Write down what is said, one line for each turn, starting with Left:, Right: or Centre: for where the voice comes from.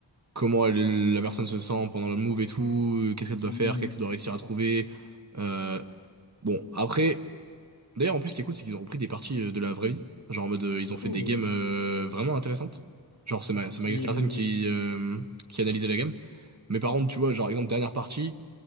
Right: comment elle- la personne se sent pendant le move et tout euh, qu'est-ce qu'elle
Left: Hum,
Right: doit faire qu'est-ce qu'elle doit réussir à trouver Euh, bon après D'ailleurs, en plus, ce qui est cool, c'est qu'ils ont repris des parties euh, de la vraie vie. Genre en mode, euh, ils ont fait
Left: Oh,
Right: des games euh, vraiment intéressantes. Genre, c'est Ma-
Left: inspiré
Right: c'est Magnus Carlsen
Left: de.
Right: qui, euh, qui analysait la game. Mais par contre, tu vois, genre, exemple, dernière partie,